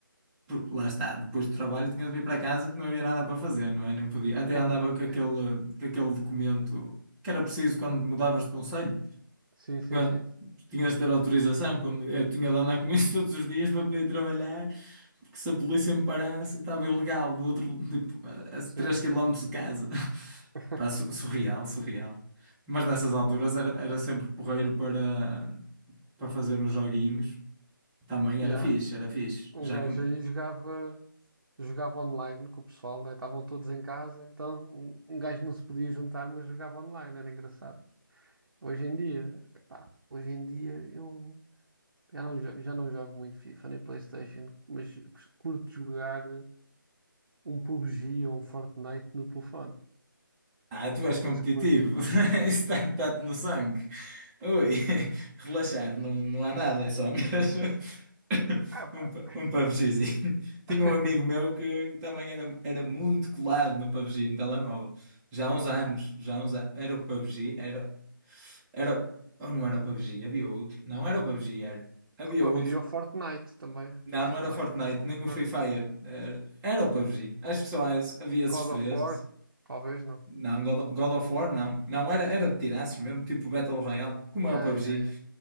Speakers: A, in the centre; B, on the right.
A: Porque lá está, depois do trabalho tinha de vir para casa porque não havia nada para fazer, não é? Nem podia. Até
B: <laughs>
A: andava com aquele, com aquele documento que era preciso quando mudavas de conselho,
B: sim,
A: porque
B: sim,
A: ah,
B: sim.
A: tinhas de ter autorização. Quando eu tinha de andar com isso <laughs> todos os dias para poder trabalhar, porque se a polícia me parasse, eu estava ilegal do outro, tipo, a a
B: Sim,
A: 3
B: sim.
A: km
B: <laughs>
A: de casa. <laughs>
B: sim.
A: Pá, su- surreal, surreal. Mas nessas alturas era, era sempre porreiro para, para fazer uns joguinhos. Também
B: Yeah.
A: era fixe, era fixe.
B: Um
A: Já
B: gajo
A: que
B: aí jogava, jogava online com o pessoal, né? Estavam todos em casa, então um um gajo não se podia juntar, mas jogava online, era engraçado. Hoje em dia, epá, hoje em dia eu já não, jo- já não jogo muito FIFA nem PlayStation, mas curto jogar um PUBG ou um Fortnite no telefone.
A: Ah, tu
B: Não
A: és
B: sei
A: competitivo.
B: se curtes.
A: <laughs> Isso está-te no sangue. Ui, <laughs> relaxar, não, não há nada, é só mesmo <laughs>
B: Ah, pá.
A: um, pa- um PUBGzinho. Tinha
B: <laughs>
A: um amigo meu que também era, era muito colado no PUBG, no telemóvel. Já há uns anos, já há uns anos. Era o PUBG, era, era, ou não era o PUBG, havia outro. Não era o PUBG, era. Havia
B: O PUBG
A: outro.
B: ou Fortnite também.
A: Não,
B: Fortnite,
A: não era o Fortnite, nem
B: não.
A: o Free Fire. Era, era o PUBG. Acho que só esse- havia esses
B: Call
A: três.
B: of War, talvez não.
A: Não, God of, God of War não. Não, era, era de tirar mesmo, tipo Battle Royale, como
B: Yeah,
A: é o PUBG.
B: yeah, yeah.